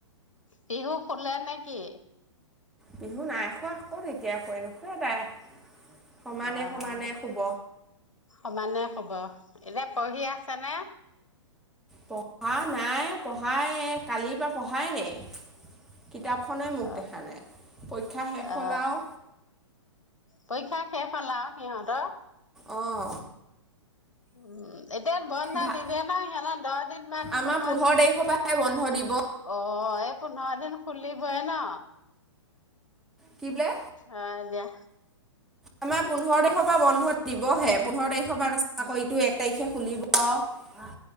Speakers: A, on the left (about 85°); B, in the centre.
A: পিহু শুলে নে কি?
B: পিহু নাই শুৱা ক'ত এতিয়া শুৱে নোশুৱে তাই সমানে
A: অহ
B: সমানে শুব
A: সমানে হব এতিয়া পঢ়ি আছে নে
B: পঢ়া নাই পঢ়াই কালিৰ পৰা পঢ়ায় নাই কিতাপখনেই মুখ
A: অ
B: দেখা নাই পৰীক্ষা শেষ হ'লাও
A: অ পৰীক্ষা শেষ হ'ল আও সিহঁত
B: অ'
A: উম এতিয়া বন্ধ
B: ভা
A: নিদিয়ে ন সিহঁত দহ দিন মান
B: আমাৰ
A: পোন্ধৰ দিন
B: তাৰিখৰ
A: মান
B: পৰাহে বন্ধ দিব
A: অ এই পোন্ধৰ দিন খুলিবই ন
B: কি বোলে
A: অ দিয়া
B: আমাৰ পোন্ধৰ তাৰিখৰ পৰা বন্ধ দিবহে পোন্ধৰ তাৰিখৰ পৰা তাৰপিছত আকৌ এইটো এক তাৰিখে খুলিব আৰু।